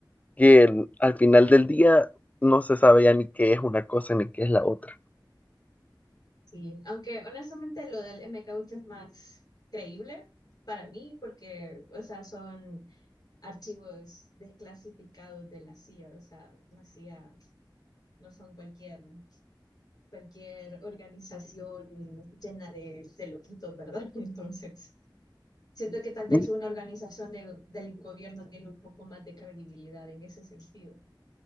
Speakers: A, on the left; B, on the left.
A: que el- al final del día no se sabe ya ni qué es una cosa ni qué es la otra.
B: Sí, aunque honestamente lo del MK Ultra es más creíble para mí, porque, o sea, son archivos desclasificados de la CIA, o sea, la CIA no son cualquier, cualquier organización llena de, de loquitos, ¿verdad? <laughs> Entonces. Siento que tal vez
A: Mm,
B: una organización de- del gobierno tiene un poco más de credibilidad en ese sentido.